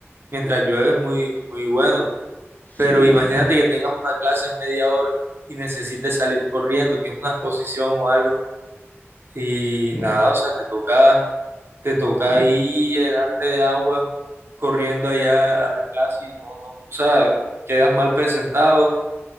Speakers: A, on the right (about 50°); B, on the left (about 35°).
A: mientras llueve es muy, muy bueno.
B: Sí,
A: Pero imagínate que tengas una clase en media hora y necesites salir corriendo, tienes una exposición o algo. Y
B: mm,
A: nada, o sea, te toca, te toca
B: mm,
A: ahí llenarte de agua corriendo allá a la clase y no, no, o sea, quedas mal presentado